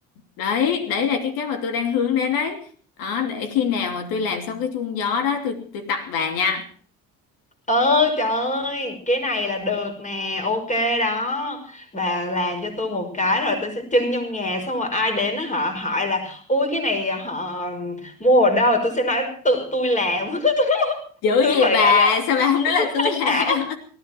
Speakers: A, on the left (about 75°); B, on the left (about 20°).
A: Đấy, đấy là cái cái mà tôi đang hướng đến đấy. Đó, để khi nào mà tôi làm xong cái chuông gió đó tôi tôi tặng bà nha.
B: Ờ trời ơi Cái này là được nè Ok đó Bà làm cho tôi một cái rồi tôi sẽ trưng trong nhà Xong rồi ai đến á, họ hỏi là ui cái này họ mua ở đâu Tôi sẽ nói tự tôi làm
A: Dữ
B: tôi
A: gì
B: phải
A: bà,
B: gọi là
A: sao bà không nói
B: tham
A: là tôi
B: sống
A: làm?
B: ảo